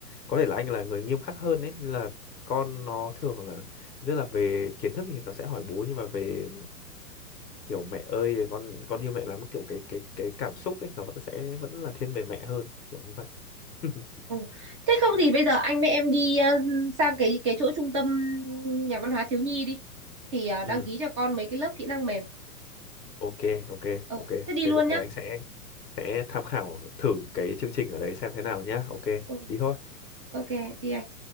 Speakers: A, on the left; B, on the right.
A: có thể là anh là người nghiêm khắc hơn đấy nên là con nó thường là rất là về kiến thức thì nó sẽ hỏi bố nhưng mà về kiểu mẹ ơi con con yêu mẹ lắm kiểu cái cái cái cảm xúc ấy nó vẫn sẽ vẫn là thiên về mẹ hơn kiểu như vậy <laughs>
B: ừ. thế không thì bây giờ anh với em đi ờ, sang cái cái chỗ trung tâm nhà văn hóa thiếu nhi đi thì ờ, đăng
A: ừ
B: ký cho con mấy cái lớp kỹ năng mềm
A: ok ok
B: ờ
A: ok
B: thế đi
A: thế
B: luôn
A: bây
B: nhá
A: giờ anh sẽ sẽ tham khảo thử cái chương trình ở đấy xem thế nào nhá ok
B: ừ.
A: đi thôi
B: ok đi anh